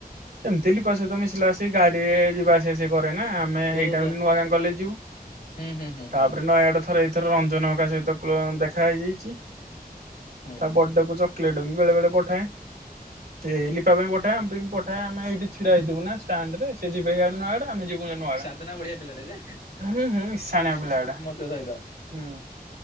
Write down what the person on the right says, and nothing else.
ଏମିତି ଲିପା ମିସିଲା ସହିତ ସେ ଗାଡି ରେ ଯିବା ଆସିବା ଆସେ କରେ ନା ମେ ସେଇ
ଟାଇମରେ ନୂଆ ଗାଁ କଲେ ଯିବୁ
ତାପରେ ନୟାଗଡ ଥରେ ଏଥର ରଞ୍ଜନ ହଙ୍କ ସହିତ ଦେଖା ହେଇଯାଇଛି
ତା ବଡକୁ କ୍ଲେଟ ବି ବେଳେବେଳେ ପଠାଏ। ଏ ଲିପା ପାଇଁ ପଠାଏ ଆମ ପାଇଁ ପଠାଏ ଆମେ ଏଇଠି ଛିଡା ହେଇଥିବୁ ନାଷ୍ଟାଣ୍ଡ ରେ ସେ ଯିବେ ଏଇଆଡେ ନୂଆଡା ଆମେ ଯିବୁ ନା ନୂଆଡା
ହୁଁ ହୁଁ ମିଶାଣଆ ପିଲା ଆଡା
ହୁଁ